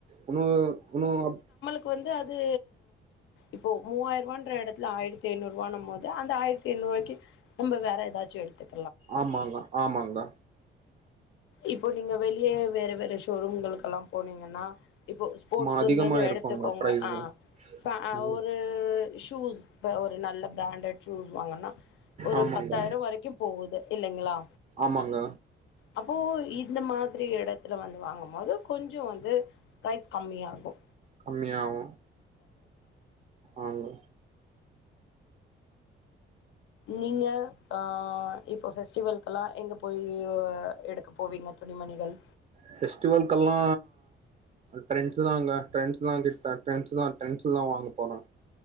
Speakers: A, on the right (about 35°); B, on the left (about 75°).
A: உன்னோனு உன்னோ அப்
B: கு வந்து அது இப்போ மூவாயிர ரூவான்ற எடத்துல ஆயிரத்தி ஜநூறு ரூவானம் போது அந்த ஆயிரத்தி ஐநூறுவாய்க்கு நம்ப வேற ஏதாச்சு எடுத்துக்
A: ஆமாங்க ஆமாங்க
B: இப்போ நீங்க வெளியே வேற வேற ஷோரூம்களுக்கெல்லா போனீங்கன்னா இப்போ ஸ்போர்ட்ஸுன்றது
A: ஆமா அதிகமா இருக்குங்க
B: எடுத்துக்கோங்க
A: ப்ரைஸு
B: ஃப ஆ
A: ம்
B: ஒரு ஷூஸ் இப்ப ஒரு நல்ல ப்ராண்டட் ஷூஸ் வாங்கண்னா ஒரு
A: ஆமாங்க
B: பத்தாயிரோ வரைக்கூ போகூ இது இல்லைங்களா
A: ஆமாங்க
B: அப்போ இந்த மாத்ரி எடத்துல வந்து வாங்கும் போது கொஞ்சோ வந்து பிரைஸ் கம்மியாகூ
A: கம்மியாகூ ஆங்க
B: நீங்க ஆ இப்போ ஃபெஸ்டிவல்கெல்லா எங்க போய் எடுக்க போவீங்க துணிமணிகள்
A: ஃபெஸ்டிவல்கெல்லா ட்ரெண்ட்ஸூ தாங்க ட்ரெண்ட்ஸ் தா கிட்ட ட்ரெண்ட்ஸ் தா ட்ரெண்ட்ஸ்ல தா வாங்க போனே